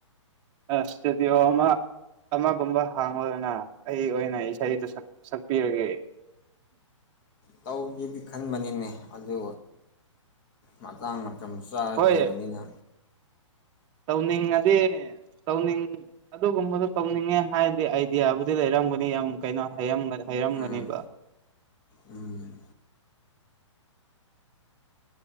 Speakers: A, on the right; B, on the left.
A: ꯑ ꯏꯁꯇꯨꯗꯤꯌꯣ ꯑꯃ ꯑꯃꯒꯨꯝꯕ ꯍꯥꯡꯉꯣꯗꯅ ꯑꯩ ꯑꯣꯏꯅ ꯏꯁꯩꯗꯨ ꯁꯛ ꯁꯛꯄꯤꯔꯒꯦ
B: ꯇꯧꯒꯦꯗꯤ ꯈꯟꯕꯅꯤꯅꯦ ꯑꯗꯨ ꯃꯇꯥꯡ ꯃꯇꯝ ꯆꯥꯗ꯭ꯔꯤꯕꯅꯤꯅ
A: ꯍꯣꯏ ꯇꯧꯅꯤꯡꯉꯗꯤ ꯇꯧꯅꯤꯡ ꯑꯗꯨꯒꯨꯝꯕꯗꯣ ꯇꯧꯅꯤꯡꯉꯦ ꯍꯥꯏꯔꯗꯤ ꯑꯥꯏꯗꯤꯌꯥꯕꯨꯗꯤ ꯂꯩꯔꯝꯒꯅꯤ ꯌꯥꯝ ꯀꯩꯅꯣ ꯍꯩꯔꯝ ꯍꯩꯔꯝꯒꯅꯤꯕ
B: ꯎꯝ ꯎꯝ